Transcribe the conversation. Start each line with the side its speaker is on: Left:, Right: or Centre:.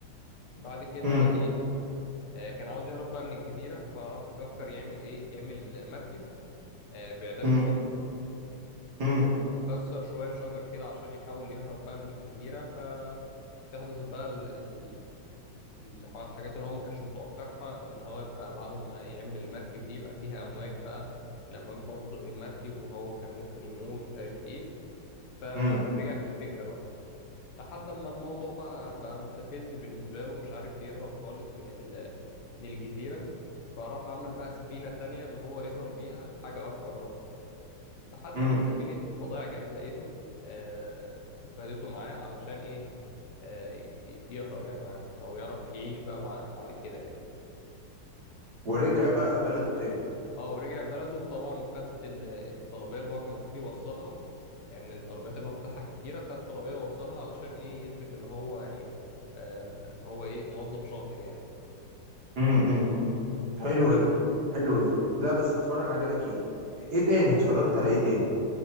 Left: بعد كده
Right: امم
Left: إيه آه، كان عاوز يهرب بقى من الجزيرة فراح فكر يعمل إيه يعمل مركب آه، بعيدان
Right: امم
Left: الشجر
Right: امم
Left: اكسر شوية شجر كده عشان يحاول يهرب بقى من الجزيرة فتحدث بقى ال... ال... اللي هو الحاجات اللي هو ما كانش متوقعها ان هو يبقى بعد ما يعمل المركب دي يبقى فيها امواج بقى والامواج بتقعد تزق المركب وهو كان ممكن يموت ومش عارف ايه فرجع
Right: امم
Left: في الفكرة بقى لحد ما الموضوع بقى بقى مستفز بالنسبة له مش عارف يهرب خالص من ال... من الجزيرة فراح عمل بقى سفينة تانية اللي هو يهرب بيها حاجة أكبر بقى لحد
Right: امم
Left: ما سفينة بضائع جت لقيته آه وخدته معاه علشان إيه آه ي- يهرب يعني معاهم أو يعرف يعيش بقى بع- بعد كده يعني
Right: ورجع بقى بلده تاني
Left: اه ورجع بلده طبعا وخد ال- الطلبية اللي هو كان المفروض يوصلها آه، من الطلبيات اللي هو فتحها كتيرة خد طلبية ووصلها علشان إيه يثبت إن هو يعني آه اللي هو إيه موظف شاطر يعني
Right: امم امم حلوه
Left: بس
Right: دي حلوه دي لا بس هتفرج عليه اكيد ايه تاني اتفرجت على ايه تاني